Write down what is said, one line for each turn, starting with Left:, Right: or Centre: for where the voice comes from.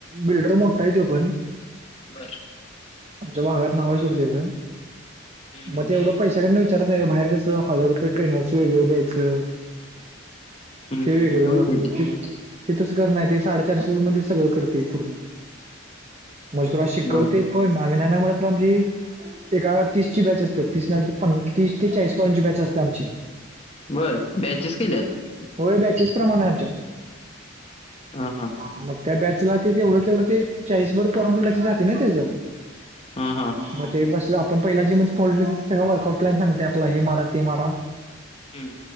Right: बिल्डर मोठा आहे तो पण
Left: बरं
Right: आमच्या भागात नाव हाय सोडत्याच
Left: हम्म हम्म.
Right: मग तेवढं पैशकडनं विचारत नाही रे बाहेर कसं हजार रुपये ट्रेनरच वेगळ द्यायचं
Left: हम्म
Right: शेव
Left: हम्म.
Right: आहे
Left: तू
Right: कदा
Left: बॅचेस
Right: हेिथस करणार ते साडेचारशे रुे मध्ये सगळं करते पूर्ण मज तुला शिकवते
Left: बर
Right: पण नावी ना म्हण आची एका तीसची बॅच असते तीस प तीस ते चाळीस पर्यची बॅच असते आमची
Left: बर बॅचेस केल्यात
Right: होय बॅचेस प्रमाण आहे आमच्यात
Left: हा हा
Right: मग त्या बॅचला ते तेवढं तेवढं ते चाळीसभर परंटू लक्ष जाते ना त्याचं
Left: हा हा
Right: म ते बस पण पहि ज म पॉल सग वकउट प्लन सांगते आप हे मारा ते मारा
Left: हम्म